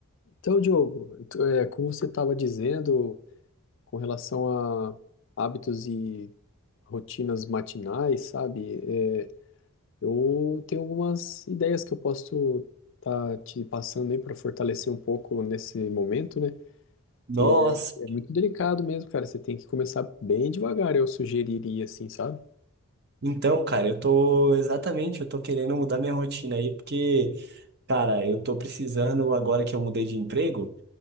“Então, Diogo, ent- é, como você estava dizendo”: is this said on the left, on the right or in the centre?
Left